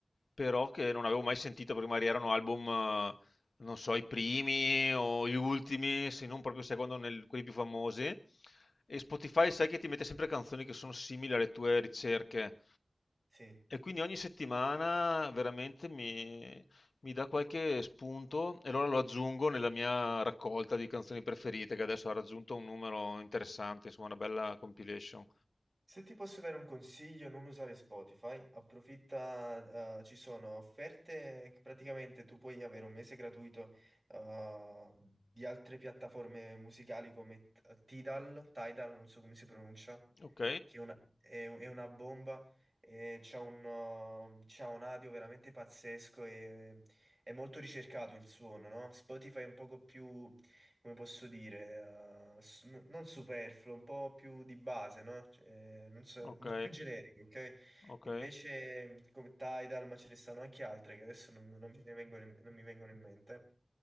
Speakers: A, on the left; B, on the right.
A: però che non avevo mai sentito perché magari erano album eh, non so, i primi o gli ultimi, se non proprio secondo nel- quelli più famosi. E Spotify sai che ti mette sempre canzoni che sono simili alle tue ricerche.
B: Sì.
A: E quindi ogni settimana veramente mi, mi dà qualche spunto e allora lo aggiungo nella mia raccolta di canzoni preferite, che adesso ha raggiunto un numero interessante, insomma, una bella compilation.
B: Se ti posso dare un consiglio, non usare Spotify, approfitta, eh, ci sono offerte che praticamente tu puoi avere un mese gratuito, eh, di altre piattaforme musicali come T- Tidal, Tidal, non so come si pronuncia,
A: Ok,
B: che è una, è- è una bomba, e c'ha un, eh, c'ha un audio veramente pazzesco e è molto ricercato il suono, no? Spotify è un poco più come posso dire, eh, s- n- non superfluo, un po' più di base, no? Cioè, non so,
A: ok,
B: più generiche, ok?
A: ok.
B: Invece come Tidal, ma ce ne stanno anche altre che adesso non, non mi vengono in, non mi vengono in mente,